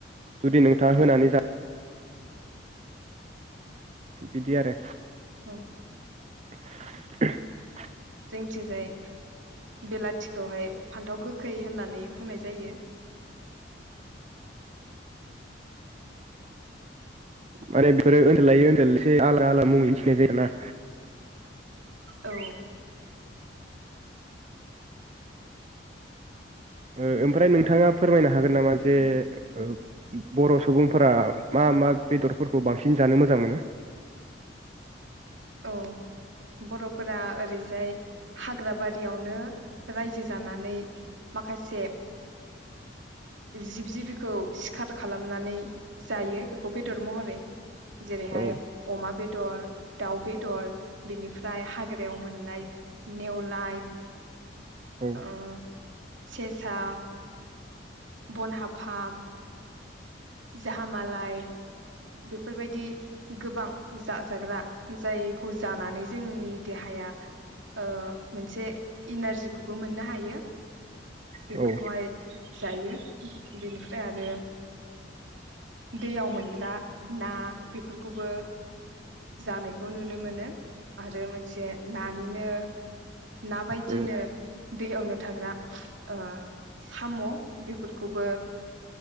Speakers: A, on the right; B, on the right.
A: जुदि नोंथाङा
B: ओं
A: होनानै जा बिदि आरो
B: औ
A: <unintelligible>
B: थिंजाय बेलाथिखौहाय फान्थाव गोखै होननानै बुंनाय जायो
A: माने बेफोरो ओन्दोल लायै ओनोलसे आलादा आलादा मुंङै मिथिनाय जायोना
B: औ।
A: ओ ओमफ्राय नोंथाङा फोरमायनो हागोन नामा जे
B: बे
A: ओ बर' सुबुंफोरा मा-मा बेदरफोरखौ बांसिन जानो मोजां मोनो।
B: औ बर'फोरा ओरैजाय हाग्राबारियावनो रायजो जानानै माखासे जिब-जिबिखौ सि खार खालामनानै जायो बेखौ बेदर महरै। जेरैहाय
A: औ
B: अमा बेदर दाउ बेदर बिनिफ्राय हाग्रायाव मोननाय नेवलाय
A: औ
B: ओ सेसा बन हाफा जाहामालाय बेफोरबायदि गोबां जाजाग्रा जायखौ जानानै जोंनि देहाया ओ मोनसे इनारजिखौबो मोननो हायो। बेफोरखौहाय
A: औ
B: जायो बेनिफ्राय आरो दैयाव मोनग्रा ना बेफोरखौबो जानायखौ नुनो मोनो आरो मोनसे नानिनो ना बायदिनो
A: औ
B: दैयावनो थाग्रा ओ साम' बेफोरखौबो